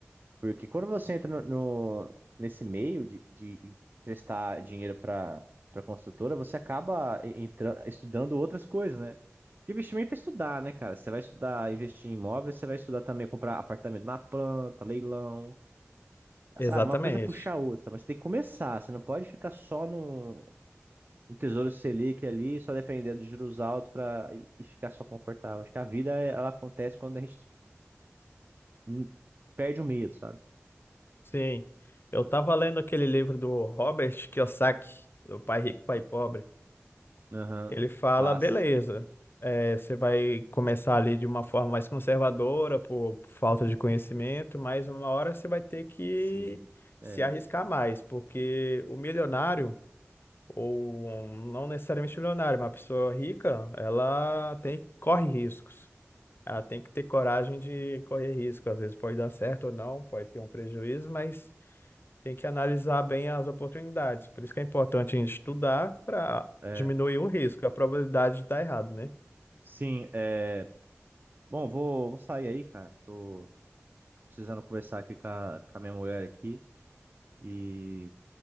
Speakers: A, on the right; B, on the left.
A: Porque quando você entra no, no- nesse meio de, de emprestar dinheiro para para construtora, você acaba entra, estudando outras coisas, né? Porque investimento é estudar, né, cara? Você vai estudar investir em imóveis, você vai estudar também comprar apartamento na planta, leilão,
B: Exatamente.
A: sabe? Uma coisa puxa a outra, mas tem que começar. Você não pode ficar só no, no Tesouro Selic ali, só dependendo de juros altos para e, e ficar só confortável. Acho que a vida ela acontece quando a gente hum, perde o medo, sabe?
B: Sim. Eu tava lendo aquele livro do Robert Kiyosaki, do Pai Rico, Pai Pobre.
A: Aham,
B: Ele fala,
A: classe.
B: beleza, é, você vai começar ali de uma forma mais conservadora, por falta de conhecimento, mas uma hora você vai ter que
A: Sim. É.
B: se arriscar mais, porque o milionário, ou um- não necessariamente milionário, mas uma pessoa rica, ela tem, corre riscos. Ela tem que ter coragem de correr risco. Às vezes pode dar certo ou não, pode ter um prejuízo, mas tem que analisar bem as oportunidades. Por isso que é importante a gente estudar para
A: É.
B: diminuir o risco, a probabilidade de dar errado, né?
A: Sim, é. Bom, vou, vou sair aí, cara. Tô precisando conversar aqui com a, com a minha mulher aqui. E